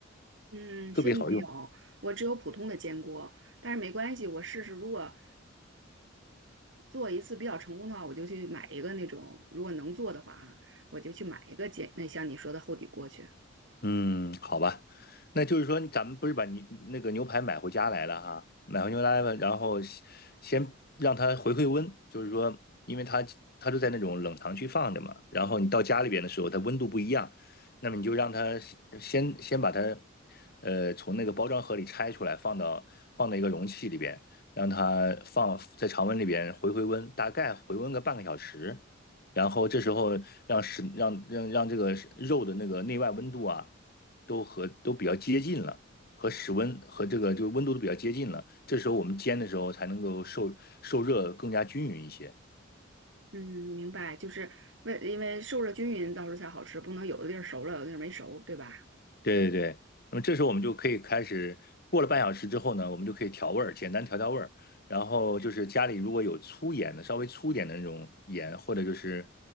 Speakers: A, on the right (about 65°); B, on the left (about 50°).
A: 嗯，
B: 特别好用。
A: 先没有，我只有普通的煎锅，但是没关系，我试试，如果做一次比较成功的话，我就去买一个那种，如果能做的话啊，我就去买一个煎，那像你说的厚底锅去。
B: 嗯，好吧，那就是说，咱们不是把牛那个牛排买回家来了哈，买回牛排了，然后先先让它回回温，就是说，因为它它都在那种冷藏区放着嘛，然后你到家里边的时候，它温度不一样，那么你就让它先先先把它呃从那个包装盒里拆出来，放到放到一个容器里边，让它放在常温里边回回温，大概回温个半个小时，然后这时候让食让让让这个肉的那个内外温度啊，都和都比较接近了，和室温和这个就温度都比较接近了。这时候我们煎的时候才能够受受热更加均匀一些。
A: 嗯，明白，就是为因为受热均匀，到时候才好吃，不能有的地儿熟了，有的地儿没熟，对吧？
B: 对对对，那么这时候我们就可以开始，过了半小时之后呢，我们就可以调味儿，简单调调味儿。然后就是家里如果有粗盐的，稍微粗一点的那种盐，或者就是